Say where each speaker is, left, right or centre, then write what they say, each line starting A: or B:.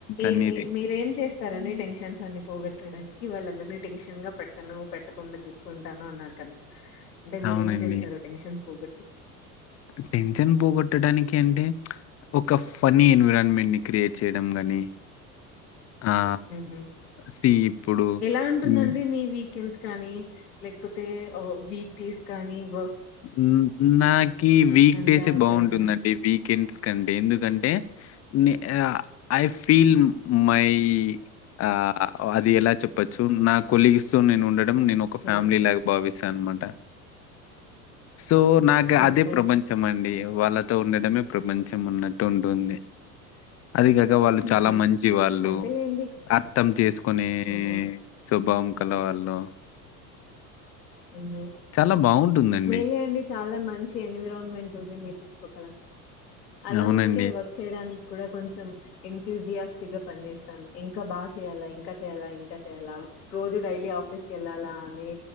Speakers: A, on the left; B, on the left.
A: ఏ
B: అనేది
A: ఏ మీరేం చేస్తారని టెన్షన్స్ అన్ని పోగొట్టడానికి వాళ్ళందరినీ టెన్షన్ గా పట్ట పట్టను పెట్టకుండా చూసుకుంటాను అన్నారు కదా అంటే మీర
B: అవునండి.
A: ఏం చేస్తారు టెన్షన్ పోగొట్
B: టెన్షన్ పోగొట్టడానికి అంటే ఒక ఫనీ ఎన్విరాన్మెంట్ ని క్రియేట్ చేయడం గానీ ఆ
A: హుహు.
B: సి ఇప్పుడు
A: ఎలా ఉంటుందండి
B: హ్మ్
A: మీ వీకెండ్స్ కానీ లేకపోతే ఆ వీక్ డేస్ కానీ వ
B: హ్మ్ నాకి వీక్
A: అంతా
B: డేస్
A: అక్కడంతా
B: బాగుంటుందండి వీకెండ్స్ కంటే ఎందుకంటే నీ ఆ ఐ ఫీల్ మై ఈ ఆ అది ఎలా చెప్పచ్చు నాకు కొలీగ్స్ తో నే ఉండట టం నేను ఒక ఫ్యామిలీ
A: ఇలా?
B: లా భావిస్తా తనమాట సో నాకు
A: ఓకే.
B: అదే ప్రపంచం అండి వాళ్ళతో ఉండడమే ప్రపంచం ఉన్నట్టు ఉంటుంది అది కాక వాళ్ళు
A: హుహు.
B: చాలా మంచి వాళ్ళు
A: అంతేలేండి.
B: అర్థం చేసుకునే
A: హుహు.
B: స్వభావం కలవాళ్ళు
A: హ్మ్
B: చాలా బావుంటుందండి.
A: మేలే అండి చాలా మ మంచి ఎన్విరాన్మెంట్ ఉంది మీ చుట్టుపక్కల అలా
B: అవునండి.
A: ఉంటే వర్క్ చేయడానికి కూడా కొంచెం ఎథుజియాస్టిక్ గా పని చేేస్తాం ఇంకా బాగా చేయ్యాలా ఇంకా చేయాలా ఇంకా చేయాలా రోజు డైలీ ఆఫీస్ కి వెళ్ళాలా అని